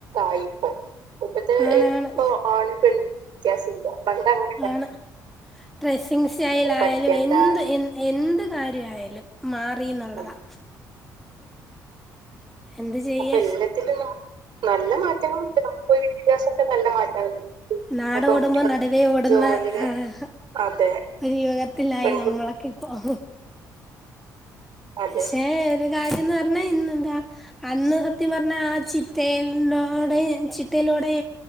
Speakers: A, on the right; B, in the centre.
A: ആയിപ്പോ ഇപ്പത്തെ
B: ആണാണ്
A: ഇപ്പൊ ആണ് പെണ്ണ് വ്യത്യാസമില്ല പണ്ട്ങ്ങ
B: ആണ് ഡ്രസ്സിങ് സ്റ്റൈൽ ആയാലും
A: പഠിക്കണ്ട
B: എന്ത് എ എന്ത് കാര്യയാലും മാറിന്നുള്ളതാ
A: ഉം.
B: എന്ത് ചെയ്യ
A: അപ്പൊ എല്ലാത്തിലും നല്ല മാറ്റങ്ങൾ ഉണ്ട് വിദ്യാഭ്യാസംക്കെ നല്ല മാറ്റമാണ്
B: നാട്
A: പെൺകുട്ടികൾ
B: ഓടുമ്പോ നടുവേ ഓടുന്ന
A: ജോലിയില്
B: ആഹ്
A: അതെ
B: ഒരു യുഗത്തിലായി
A: പെൺകുട്ടി
B: നമ്മളൊക്കെ ഇ ഓ
A: അതെ
B: പക്ഷേ ഒരു കാര്യംന്ന് പറഞ്ഞാ ഇന്നെന്താ അന്ന് സത്യം പറഞ്ഞാ ആ ചിട്ടലോടെ ചിട്ടയിലോടെ